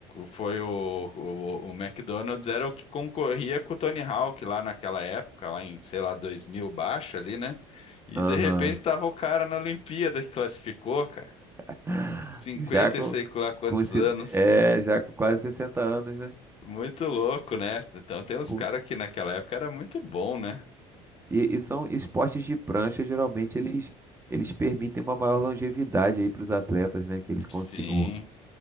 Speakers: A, on the left; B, on the right.
A: Foi o, o, o McDonald's era o que concorria com o Tony Hawk lá naquela época, lá em, sei lá, 2000 baixo ali, né? E
B: Aham.
A: de repente tava o cara na Olimpíada que classificou, cara.
B: <laughs>
A: cinquenta
B: Já com,
A: e sei lá quantos
B: com esse,
A: anos.
B: é, já com quase 60 anos, né?
A: Muito louco, né? Então tem uns
B: Pô,
A: caras que naquela época era muito bom, né?
B: E, e são esportes de prancha, geralmente eles, eles permitem uma maior longevidade aí para os atletas, né? Que eles consigam
A: Sim,